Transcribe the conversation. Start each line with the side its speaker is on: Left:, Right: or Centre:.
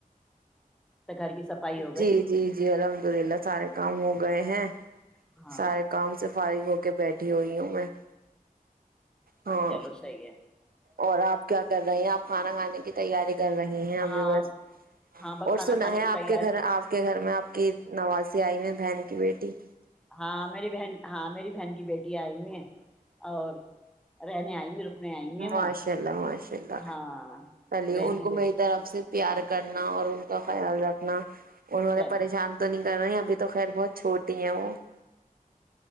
Centre: تو گھر کی صفائی ہو گئی
Right: جی جی جی الحمد للہ سارے کام ہو گئے ہیں
Centre: ہاں
Right: سارے کام سے فارغ ہو کے بیٹھی ہوئی ہوں میں <unintelligible> ہاں
Centre: چلو صحیح ہے
Right: اور آپ کیا کر رہے ہیں آپ کھانا کھانے کی تیاری کر رہے ہیں ہمیں
Centre: ہاں
Right: بس
Centre: ہاں ب
Right: اور
Centre: کھانا
Right: سنا
Centre: کھانے
Right: ہے
Centre: کی
Right: آپ
Centre: تیاری
Right: کے گھر آپ کے گھر میں آپ کی <unintelligible> نواسی آئی میں بہن کی بیٹی <unintelligible>
Centre: ہاں میری بہن ہاں میری بہن کی بیٹی آئی ہوئی اور <unintelligible> رہنے آئیں گے رکنے آئیں گے
Right: ماشاء
Centre: وہ
Right: اللہ ماشاء اللہ
Centre: ہاں
Right: چلیے
Centre: بہن
Right: ان
Centre: کی
Right: کو
Centre: بیٹی
Right: میری طرف سے پیار کرنا اور ان <unintelligible> تو خیال رکھنا <unintelligible> ان وال
Centre: چلو
Right: نے پریشان تو نہیں کر رہے <unintelligible> تو خیر بہت چھوٹی ہیں وہ <unintelligible>